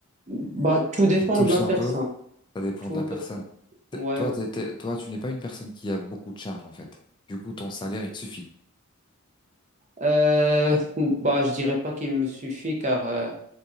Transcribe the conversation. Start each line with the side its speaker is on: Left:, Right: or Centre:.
Right: Bah, tout dépend
Left: qui touche
Right: de la
Left: un
Right: personne.
Left: peu. Ça dépend
Right: Tout
Left: de la personne.
Right: dé-
Left: T-
Right: ouais.
Left: Toi, t'es- t'es- toi, tu n'es pas une personne qui a beaucoup de charges, en fait. Du coup, ton salaire, il te suffit.
Right: Euh, bah, je dirais pas qu'il me suffit car euh,